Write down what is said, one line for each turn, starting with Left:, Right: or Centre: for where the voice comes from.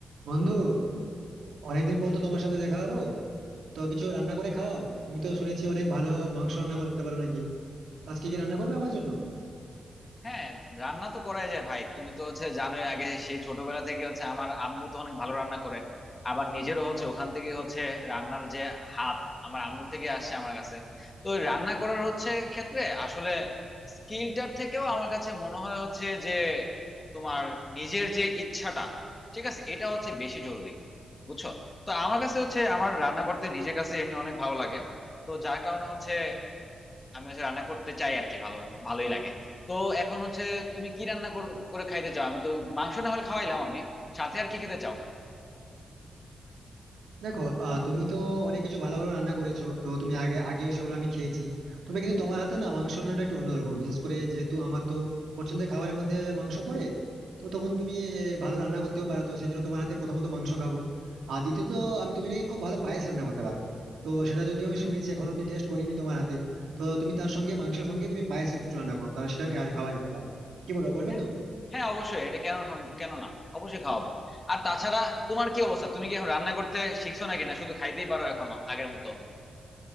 Right: বন্ধু অনেকদিন পর তো তোমার সাথে দেখা হলো তো কিছু রান্না করে খাওয়াও তুমি তো শুনেছি অনেক ভালো মাংস রান্না করতে পারো নাকি তো আজকে কি রান্না করবে আমার জন্য
Left: হ্যাঁ রান্না তো করাই যায় ভাই তুমি তো হচ্ছে জানোই আগে সেই ছোটবেলা থেকে হচ্ছে আমার আম্মু তো অনেক ভালো রান্না করে আবার নিজেরও হচ্ছে ওখান থেকে হচ্ছে রান্নার যে হাত আমার আম্মুর থেকে আসছে আমার কাছে তো ওই রান্না করার হচ্ছে ক্ষেত্রে আসলে স্কিলটার থেকেও আমার কাছে মনে হয় হচ্ছে যে তোমার নিজের যে ইচ্ছাটা ঠিক আছে এটা হচ্ছে বেশি জরুরি বুঝছো তো আমার কাছে হচ্ছে আমার রান্না করতে নিজের কাছে এমনি অনেক ভালো লাগে তো যার কারণে হচ্ছে আমি হচ্ছে রান্না করতে চাই আর কি ভালো ভালোই লাগে তো এখন হচ্ছে তুমি কি রান্না কর- করে খাইতে চাও আমি তো মাংস না হলে খাওয়াইলাম আমি সাথে আর কি খেতে চাও
Right: দেখো আহ, তুমি তো অনেক কিছু ভালো ভালো রান্না করেছো তো তুমি আগে আগেও সেগুলো আমি খেয়েছি তবে কিন্তু তোমার হাতে না মাংস রান্নাটা একটু অন্যরকম বিশেষ করে যেহেতু আমার তো পছন্দের খাবারের মধ্যে মাংস পড়ে তো তখন তুমি আহ, ভালো রান্না করতেও পারো তো সেই জন্য তোমার হাতে প্রথমত মাংস খাবো আর দ্বিতীয়ত আমি তুমি নাকি খুব ভালো পায়েস রান্না করতে পারো তো সেটা যদিও আমি শুনেছি এখনো অব্দি টেস্ট করিনি তোমার হাতের তো তুমি তার সঙ্গে মাংসের সঙ্গে তুমি পায়েস একটু রান্না করো তাহলে সেটাও খাওয়া খাওয়া যেতে পারে কি বলো করবে
Left: হ্যাঁ
Right: তো
Left: হ্যাঁ অবশ্যই এটা কেন সম্ভ- কেন না অবশ্যই খাওয়াবো আর তাছাড়া তোমার কি অবস্থা তুমি কি এখন রান্না করতে শিখছো নাকি না শুধু খাইতেই পারো এখনো আগের মতো